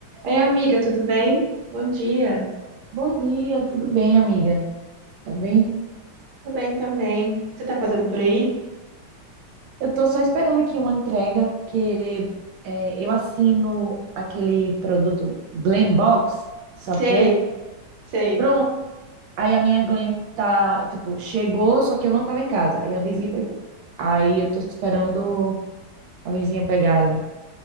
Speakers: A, on the right; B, on the right.
A: Oi, amiga, tudo bem? Bom dia.
B: Bom dia, tudo bem, amiga? Tá bem?
A: Tô bem também. Você tá fazendo por aí?
B: Eu tô só esperando aqui uma entrega, porque é, eu assino aquele produto Glam Box, sabe
A: Sei,
B: o que é?
A: sei.
B: Pronto. Aí a minha Glam tá, tipo, chegou, só que eu não tava em casa. Aí a vizinha pegou. Aí eu tô esperando a vizinha pegar ali.